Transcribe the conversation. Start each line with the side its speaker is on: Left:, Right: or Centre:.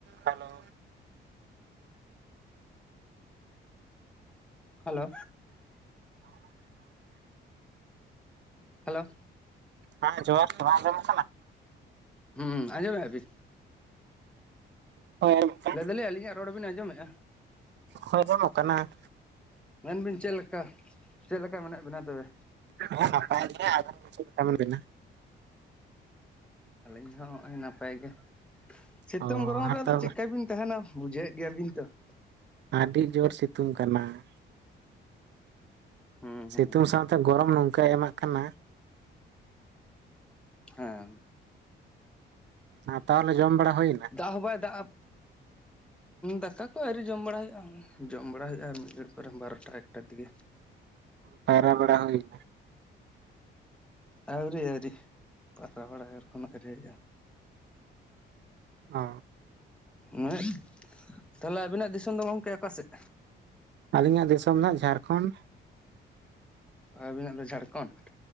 Right: ᱦᱮᱞᱳ
Centre: ᱦᱮᱞᱳ ᱦᱟᱞᱳ
Right: <inaudible> ᱵᱟᱝ ᱟᱡᱚᱢᱚᱜ ᱠᱟᱱᱟ
Centre: ᱦᱩᱸ ᱟᱡᱚᱢᱚᱜ-ᱟ ᱵᱤᱱ?
Right: ᱦᱳᱭ ᱟᱸᱡᱚᱢᱚᱜ ᱠᱟᱱᱟ
Centre: ᱞᱟᱹᱭ ᱫᱟᱞᱤᱧ ᱟᱹᱞᱤᱧᱟᱜ ᱨᱚᱲ ᱵᱤᱱ ᱟᱸᱡᱚᱢᱮᱜ-ᱟ?
Right: ᱦᱚᱭ ᱡᱚᱢᱚᱜ ᱠᱟᱱᱟ ᱾
Centre: ᱢᱮᱱᱵᱤᱱ ᱪᱮᱫ ᱞᱮᱠᱟ ᱪᱮᱫ ᱞᱮᱠᱟ ᱢᱮᱱᱟᱜ ᱵᱤᱱᱟ ᱛᱚᱵᱮ?
Right: ᱦᱮᱸ ᱱᱟᱯᱟᱭ ᱜᱮ ᱟᱵᱤᱱ ᱜᱮ, ᱪᱮᱫ ᱞᱮᱠᱟ ᱢᱮᱱᱟᱜ ᱵᱤᱱᱟ?
Centre: ᱟᱹᱞᱤᱧ ᱦᱚᱸ ᱦᱚᱸᱜ-ᱚᱭ ᱱᱟᱯᱟᱭ ᱜᱮ ᱥᱤᱛᱩᱝ
Right: ᱚ
Centre: ᱜᱨᱚᱢ
Right: ᱟᱨ
Centre: ᱨᱮᱫᱚ
Right: ᱛᱚ
Centre: ᱪᱮᱫᱠᱟᱵᱤᱱ ᱛᱟᱦᱮᱱᱟ ᱵᱩᱡᱷᱟᱹᱣᱮᱫ ᱜᱮᱭᱟᱵᱤᱱ ᱛᱚ ᱾
Right: ᱟᱹᱰᱤ ᱡᱳᱨ ᱥᱤᱛᱩᱝ ᱠᱟᱱᱟ ᱾
Centre: ᱦᱩᱸ ᱦᱩᱸ
Right: ᱥᱤᱛᱩᱝ ᱥᱟᱶᱛᱮ ᱜᱚᱨᱚᱢ ᱱᱚᱝᱠᱟᱭ ᱮᱢᱟᱜ ᱠᱟᱱᱟ
Centre: ᱦᱮᱸ
Right: ᱟᱹ ᱛᱟᱦᱞᱮ ᱡᱚᱢ ᱵᱟᱲᱟ ᱦᱩᱭᱱᱟ?
Centre: ᱫᱟᱜ ᱦᱚᱸ ᱵᱟᱭ ᱫᱟᱜ-ᱟ ᱫᱟᱠᱟ ᱠᱚ ᱟᱹᱣᱨᱤ ᱡᱚᱢ ᱵᱟᱲᱟᱭ ᱦᱩᱭᱩᱜ-ᱟ᱾ ᱡᱚᱢ ᱵᱟᱲᱟ ᱦᱩᱭᱩᱜ-ᱟ ᱟᱨ ᱢᱤᱫ ᱜᱷᱟᱹᱲᱤᱡ ᱯᱚᱨᱮ ᱵᱟᱨᱚᱴᱟ ᱮᱠᱴᱟ ᱫᱤᱜᱮ᱾
Right: ᱯᱟᱭᱨᱟ ᱵᱟᱲᱟ ᱦᱩᱭ ᱱᱟ?
Centre: ᱟᱹᱣᱨᱤ ᱟᱹᱣᱨᱤ ᱯᱟᱛᱟ ᱵᱟᱲᱟ ᱟᱨ ᱮᱠᱷᱚᱱᱳ ᱟᱹᱣᱨᱤ ᱦᱩᱭᱩᱜ-ᱟ᱾
Right: ᱚ
Centre: ᱱᱮᱸᱫ ᱛᱦᱟᱞᱮ ᱟᱵᱤᱱᱟᱜ ᱫᱤᱥᱚᱢ ᱫᱚ ᱜᱚᱝᱠᱮ ᱚᱠᱟ ᱥᱮᱫ?
Right: ᱟᱹᱞᱤᱧᱟᱜ ᱫᱤᱥᱚᱢ ᱫᱚ ᱦᱟᱸᱜ ᱡᱷᱟᱨᱠᱷᱚᱸᱰ᱾
Centre: ᱟᱹᱵᱤᱱᱟᱜ ᱫᱚ ᱡᱷᱟᱲᱠᱷᱚᱸᱰ